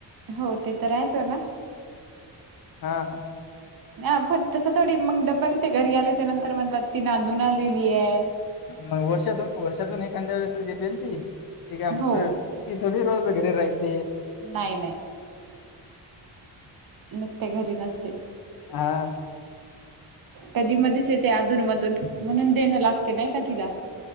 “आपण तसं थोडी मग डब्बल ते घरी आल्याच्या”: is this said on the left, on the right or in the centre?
Right